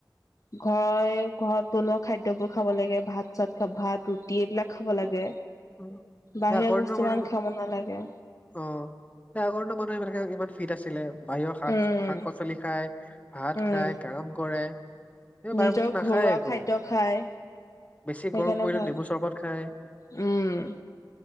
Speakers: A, on the left; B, on the left.
A: ঘ- ঘৰত বনোৱা খাদ্যবোৰ খাব লাগে, ভাত। চাত, খ-ভাত ৰুটি এইবিলাক খাব লাগে,
B: উম,
A: বাহিৰা
B: এই আগৰ
A: বস্তু
B: দিনৰ মানুহ
A: ইমান খাব নালাগে।
B: অ, আগৰো মানুহে সনেকে ইমান ফিট আছিলে, বাহিৰৰ শাক,
A: উম
B: শাক-পাচলি খাই। ভাত
A: উম
B: খাই কাম কৰে, সেইবোৰ বাহিৰৰ
A: নিজৰ
B: বস্তু নাখায়
A: ঘৰুৱা
B: একো।
A: খাদ্য খায়
B: বেছি
A: সেইকাৰণে
B: গৰম পৰিলে
A: ভাল
B: নেমু চৰবত খায়।
A: উম,